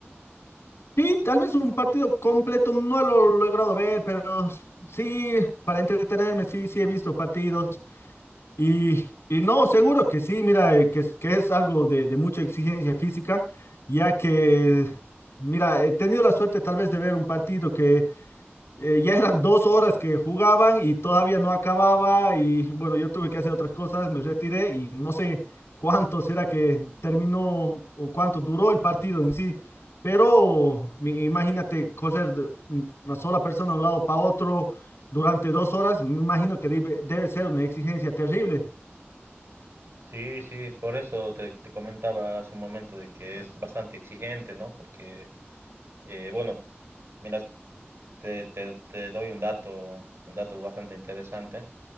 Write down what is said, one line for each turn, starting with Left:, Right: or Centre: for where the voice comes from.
Left: Sí, tal vez un partido completo no lo he logrado ver, pero sí, para entretenerme, sí, sí he visto partidos. Y, y no, seguro que sí, mira, eh, que, es- que es algo de, de mucha exigencia física, ya que, mira, he tenido la suerte tal vez de ver un partido que eh, ya eran dos horas que jugaban y todavía no acababa y bueno, yo tuve que hacer otras cosas, me retiré y no sé cuánto será que terminó o cuánto duró el partido en sí, pero mi- imagínate correr de un- una sola persona de un lado para otro durante dos horas, me imagino que debe debe ser una exigencia terrible.
Right: Sí, sí, por eso te, te comentaba hace un momento de que es bastante exigente, ¿no? Porque, eh, bueno, mira, te, te- te doy un dato, un dato bastante interesante.